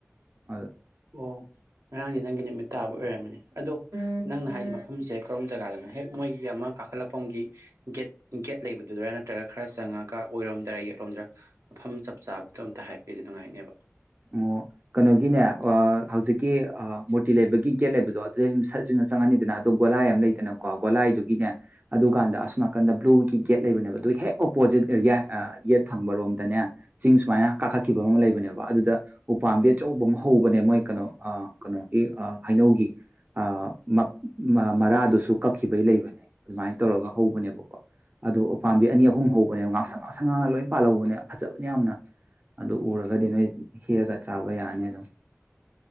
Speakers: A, on the right; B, on the right.
A: ꯑꯗꯨ
B: ꯑꯣ ꯉꯔꯥꯡꯗꯤ ꯅꯪꯒꯤ ꯅꯨꯃꯤꯠ ꯇꯥꯕ ꯑꯣꯏꯔꯝꯝꯕꯅꯦ ꯑꯗꯣ ꯅꯪꯅ ꯍꯥꯏꯗꯤ ꯃꯐꯝꯁꯦ ꯀꯔꯣꯝ ꯖꯒꯥꯗꯅꯣ ꯍꯦꯛ ꯃꯣꯏꯒꯤ ꯑꯃ ꯀꯥꯈꯠꯂꯛꯄꯒꯤ ꯒꯦꯠ ꯒꯦꯠ ꯂꯩꯕꯗꯨꯗꯔꯥ ꯅꯠꯇ꯭ꯔꯒ ꯈꯔ ꯆꯪꯉꯒ ꯑꯣꯏꯔꯣꯝꯗꯔꯥ ꯌꯦꯛꯂꯣꯝꯗꯔꯥ ꯃꯐꯝ ꯆꯞ ꯆꯥꯕꯗꯣ ꯑꯝꯇ ꯍꯥꯏꯕꯤꯗꯤ ꯅꯨꯉꯥꯏꯅꯦꯕ
A: ꯑꯣ ꯀꯩꯅꯣꯒꯤꯅꯦ ꯑꯣ ꯍꯧꯖꯤꯛꯀꯤ ꯑꯥ ꯃꯨꯔꯇꯤ ꯂꯩꯕꯒꯤ ꯒꯦꯠ ꯂꯩꯕꯗꯣ ꯑꯗꯨꯗꯩ ꯁꯨꯝ ꯁꯠ ꯆꯤꯡꯅ ꯆꯪꯉꯅꯤꯗꯅ ꯑꯗꯣ ꯒꯣꯂꯥꯏ ꯑꯃ ꯂꯩꯗꯅꯀꯣ ꯒꯣꯂꯥꯏꯗꯨꯒꯤꯅꯦ ꯑꯗꯨꯀꯥꯟꯗ ꯑꯁꯣ ꯅꯥꯀꯟꯗ ꯕ꯭ꯂꯨꯒꯤ ꯒꯦꯠ ꯂꯩꯕꯅꯦꯕ ꯑꯗꯨ ꯍꯦꯛ ꯑꯣꯄꯣꯖꯤꯠ ꯑꯦꯔꯤꯌꯥ ꯌꯦꯠ ꯊꯪꯕꯔꯣꯝꯗꯅꯦ ꯆꯤꯡ ꯁꯨꯃꯥꯏꯅ ꯀꯥꯈꯠꯈꯤꯕ ꯑꯃ ꯂꯩꯕꯅꯦꯕ ꯑꯗꯨꯗ ꯎꯄꯥꯝꯕꯤ ꯑꯆꯧꯕ ꯑꯃ ꯍꯧꯕꯅꯦ ꯃꯣꯏ ꯀꯩꯅꯣ ꯑ ꯀꯩꯅꯣꯒꯤ ꯑꯥ ꯍꯩꯅꯧꯒꯤ ꯑ ꯃꯔꯥꯗꯨꯁꯨ ꯀꯛꯈꯤꯕꯩ ꯂꯩꯕꯅꯦ ꯑꯗꯨꯃꯥꯏꯅ ꯇꯧꯔꯒ ꯍꯧꯕꯅꯦꯕꯀꯣ ꯑꯗꯣ ꯎꯄꯥꯝꯕꯤ ꯑꯅꯤ ꯑꯍꯨꯝ ꯍꯧꯕꯅꯦꯕ ꯉꯥꯡꯁꯪ ꯉꯥꯡꯁꯪ ꯉꯥꯡꯅ ꯂꯣꯏ ꯄꯥꯜꯍꯧꯕꯅꯦ ꯐꯖꯕꯅꯦ ꯌꯥꯝꯅ ꯑꯗꯨ ꯎꯔꯒꯗꯤ ꯅꯣꯏ ꯍꯦꯛꯑꯒ ꯆꯥꯕ ꯌꯥꯅꯤ ꯑꯗꯨꯝ